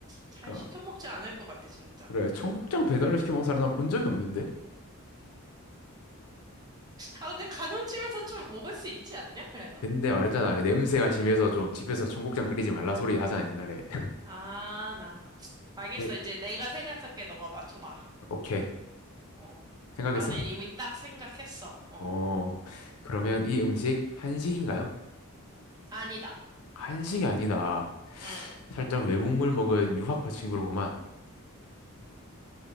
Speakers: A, on the right (about 20°); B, on the left (about 70°).
A: 잘
B: 그러니까
A: 시켜 먹지 않을 것 같아, 진짜.
B: 그래 청국장 배달로 시켜 먹는 사람 난 본 적이 없는데.
A: 아, 근데 가정집에서 좀 먹을 수 있지 않냐, 그래도?
B: 근데 말했잖아 냄새가 심해서 좀 집에서 청국장 끓이지 말라 소리 하잖아 옛날에. <laughs>
A: 아, 나. 알겠어.
B: 네,
A: 이제 내가 생각할게. 너가 맞춰봐.
B: 오케이
A: 어.
B: 생각했어?
A: 나는 이미 딱 생각했어. 어.
B: 어 그러면 이 음식 한식인가요?
A: 아니다.
B: 한식이 아니다.
A: 응.
B: 살짝 외국물 먹은 유학파 친구로구만.